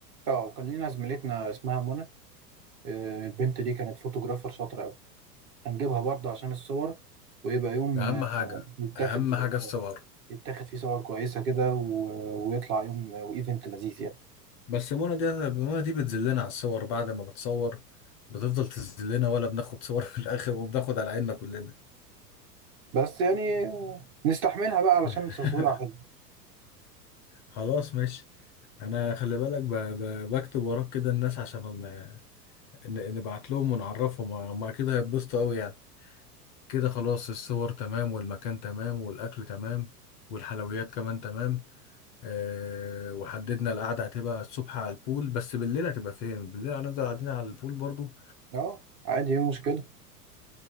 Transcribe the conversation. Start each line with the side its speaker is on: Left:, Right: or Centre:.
Right: اه وكان لينا زميلتنا اسمها منى آه، البنت دي كانت فوتوغرافر شاطرة قوي هنجيبها برضه عشان الصور ويبقى يوم
Left: اهم حاجه
Right: آه، يتاخد
Left: اهم حاجه الصور
Right: يتاخد فيه صور كويسة كده و- ويطلع يوم وايفنت لذيذ يعني
Left: بس منى دي منى دي بتذلنا على الصور بعد ما بتصور بتفضل تذلنا ولا بناخد صور في الاخر وبناخد على عيننا كلنا
Right: بس يعني آه، نستحملها بقى علشان
Left: <laughs>
Right: تصويرها حلو
Left: خلاص ماشي انا خلي بالك ب... ب... بكتب وراك كده الناس عشان ال... ن- نبعت لهم ونعرفهم هم اكيد هيتبسطوا قوي يعني كده خلاص الصور تمام والمكان تمام والاكل تمام والحلويات كمان تمام أه وحددنا القعدة هتبقى الصبح على البول بس بالليل هتبقى فين بالليل هنفضل قاعدين على البول برضو
Right: اه عادي ايه المشكلة